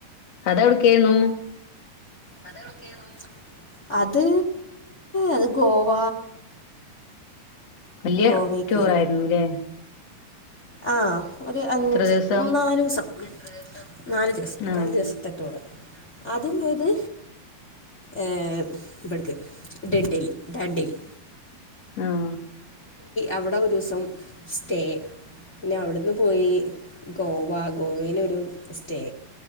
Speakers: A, on the left; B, on the left.
A: എവ്ടെകേന്നു
B: അത് എവട്ക്കേന്നു അത് അത് ഗോവ
A: വല്യ
B: ഗോവയ്ക്ക്
A: ടൂറയിരുന്നു ലേ
B: ആ ഒരു അഞ്ച്
A: ദിവസം
B: നാലൂസം നാല്ദിവസം
A: ആഹ്
B: നാല്ദിവസത്തെ ടൂർ ആദ്യംപോയത് ഏ ഇബട്ക് ടെണ്ഡലി ഡൻഡലി
A: ആ
B: അവിടെ ഒരൂസം സ്റ്റേ പിന്നെ അവിട്ന്ന് പോയി ഗോവ ഗോവേലൊരു സ്റ്റേ